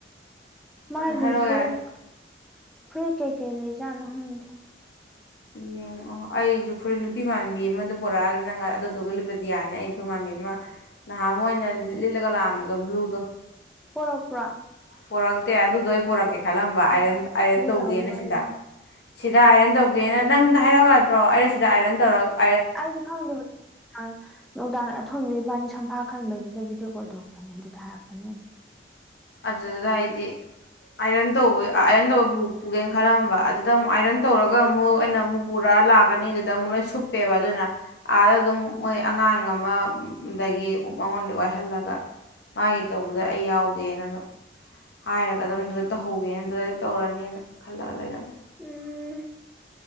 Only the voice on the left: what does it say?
ꯍꯥꯏꯔꯛꯑꯣ
ꯌꯥꯔꯦ
ꯌꯦꯡꯉꯛꯑꯣ ꯑꯩꯁꯨ ꯐꯨꯔꯤꯠ ꯅꯨꯄꯤ ꯃꯥꯟꯕꯤ ꯑꯃꯗ ꯄꯨꯔꯛꯑꯒꯅꯤ ꯅꯪ ꯑꯗꯨꯗꯨꯒ ꯂꯤꯠꯄꯗꯤ ꯌꯥꯅꯤ ꯑꯩ ꯐꯨꯔꯤ ꯃꯥꯟꯕꯤ ꯑꯃ ꯅꯍꯥꯟꯃꯨꯛ ꯑꯃ ꯑꯩꯅ ꯂꯤꯠꯂꯒ ꯂꯥꯛꯑꯝꯕꯗꯣ ꯕ꯭ꯂꯨꯗꯣ
ꯄꯣꯔꯛꯇꯦ ꯑꯗꯨꯗꯣ ꯑꯩ ꯄꯣꯔꯛꯀꯦ ꯊꯠꯂꯝꯕ ꯑꯥꯏꯔꯟ
ꯑꯥꯏꯔꯟ
ꯇꯧꯒꯦꯅ
ꯁꯤꯗ ꯁꯤꯗ ꯑꯥꯏꯔꯟ ꯇꯧꯒꯦꯅ ꯅꯪꯗ ꯍꯥꯏꯔꯛꯎ ꯌꯥꯗ꯭ꯔꯣ ꯑꯩꯅ ꯁꯤꯗ ꯑꯥꯏꯔꯟ ꯇꯧꯔꯒ
ꯑꯗꯨꯗꯨꯗ ꯍꯥꯏꯗꯤ ꯑꯥꯏꯔꯟ ꯇꯧꯕ ꯑꯥꯏꯔꯟ ꯇꯧꯕ ꯄꯨ ꯄꯨꯒꯦꯅ ꯈꯜꯂꯝꯕ ꯑꯗꯨꯗ ꯑꯃꯨꯛ ꯑꯥꯏꯔꯟ ꯇꯧꯔꯒ ꯑꯃꯨꯛ ꯑꯩꯅ ꯑꯃꯨꯛ ꯄꯨꯔꯛꯑ ꯂꯥꯛꯀꯅꯤ ꯑꯗꯨꯗ ꯑꯃꯨꯛ ꯂꯣꯏ ꯁꯨꯞꯄꯦꯕ ꯑꯗꯨꯅ ꯑꯥꯗ ꯑꯗꯨꯝ ꯃꯣꯏ ꯑꯉꯥꯡ ꯑꯃꯗꯒꯤ ꯃꯉꯣꯟꯗ ꯋꯥꯏꯍꯜꯂꯒ ꯃꯥꯒꯤ ꯇꯧꯕꯗ ꯑꯩ ꯌꯥꯎꯒꯦ ꯑꯗꯨꯅ ꯍꯥꯏꯔꯒ ꯑꯗꯨꯝ ꯑꯗꯨꯗ ꯇꯧꯍꯧꯒꯦꯅ ꯑꯗꯨꯗꯗꯤ ꯇꯧꯔꯅꯤꯅ ꯈꯜꯂꯒ ꯂꯩꯔꯝꯃꯦ